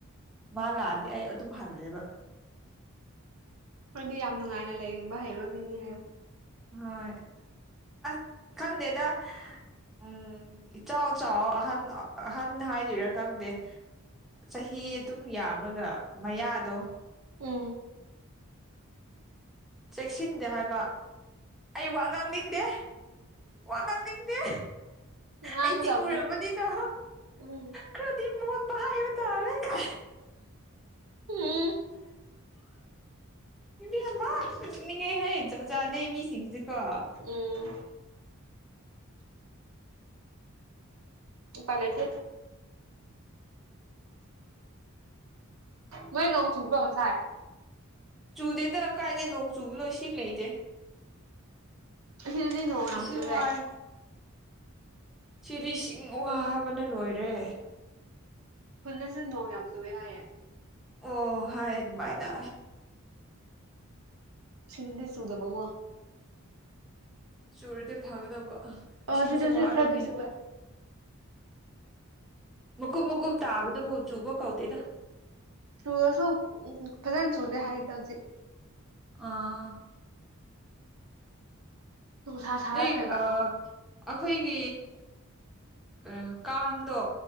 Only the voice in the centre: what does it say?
ꯃꯥ ꯂꯥꯛꯑꯗꯤ ꯑꯩ ꯑꯗꯨꯝ ꯍꯜꯂꯦꯕ
ꯍꯣꯏ ꯑꯁ ꯈꯪꯗꯦꯗ ꯎ ꯏꯆꯥꯎ ꯆꯥꯎ ꯑꯍꯟ ꯑꯍꯟ ꯍꯥꯏꯗꯣꯏꯔꯥ ꯈꯪꯗꯦ ꯆꯍꯤ ꯑꯗꯨꯝ ꯌꯥꯝ꯭ꯔꯒ ꯃꯌꯥꯗꯣ
ꯆꯦꯛꯁꯤꯟꯗꯦ ꯍꯥꯏꯕ ꯑꯩ ꯋꯥ ꯉꯥꯡꯅꯤꯡꯗꯦ ꯑꯣꯟꯣ ꯍꯗꯤ
ꯑꯩꯗꯤ ꯎꯔꯕꯅꯤꯅ
ꯈꯔꯗꯤ ꯃꯣꯠ ꯄꯏ ꯇꯔꯦ ꯀ
ꯏꯕꯤ ꯀꯦ ꯍꯥꯏꯩ ꯆꯖꯥꯅꯦ ꯃꯤꯁꯤꯡꯁꯤꯦ ꯀꯣ
ꯆꯨꯗꯦꯗ ꯀꯥꯏꯗꯒꯤꯩ ꯅꯣꯡ ꯆꯨꯕꯅꯣ ꯏꯁꯤꯡ ꯂꯩꯇꯦ
ꯏꯁꯤꯡ ꯋꯥꯏ ꯁꯤꯗꯤ ꯏꯁꯤꯡ ꯋꯥꯕꯅ ꯂꯣꯏꯔꯦ
ꯑꯣ ꯍꯥꯏꯌꯦ ꯃꯥꯏꯅ
ꯆꯨꯔꯗꯤ ꯐꯒꯗꯕ
ꯏꯁꯤꯡꯁꯨꯦ
ꯋꯥꯔꯅꯤ
ꯃꯀꯨꯞ ꯃꯀꯨꯞ ꯇꯥꯕꯗꯨꯕꯨ ꯆꯨꯕ ꯀꯧꯗꯦꯗ
ꯑꯥ
ꯅ ꯑ
ꯑꯩꯈꯣꯏꯒꯤ ꯀꯩꯅꯣ ꯀꯥꯡꯗꯣ